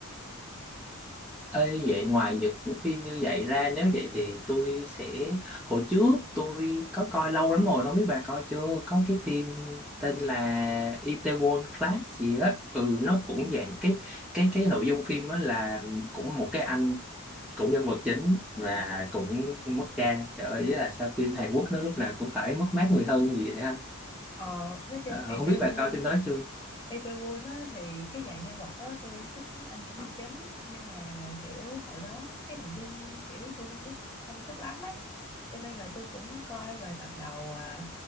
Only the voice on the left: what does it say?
Ờ, nói chung
Itaewon
Itaewon á, thì cái dạng nhân vật á, tôi thích anh diễn viên chính nhưng mà kiểu hồi đó cái nội dung kiểu tôi không có không thích lắm ấy cho nên là tôi cũng coi vài tập đầu à,